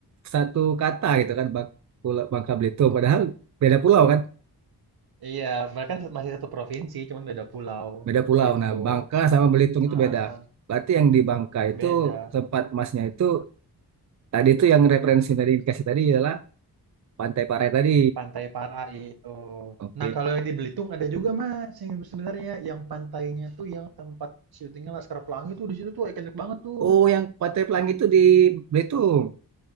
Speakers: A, on the right (about 45°); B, on the right (about 70°).
A: satu kata gitu kan Bang- Pulau- Bangka Belitung padahal beda pulau kan
B: Iya, mereka kan masih satu provinsi, cuman beda pulau
A: beda pulau
B: gitu.
A: nah Bangka sama Belitung
B: Heeh,
A: itu beda berarti yang di Bangka itu
B: beda.
A: tempat masnya itu tadi itu yang referensi tadi dikasih tadi adalah Pantai Parai tadi
B: Pantai Parai itu.
A: oke
B: Nah, kalau yang di Belitung ada juga Mas, yang sebenarnya yang pantainya tuh yang tempat syutingnya Laskar Pelangi tuh di situ tuh ikonik banget tuh.
A: oh yang Pantai Pelangi itu di Belitung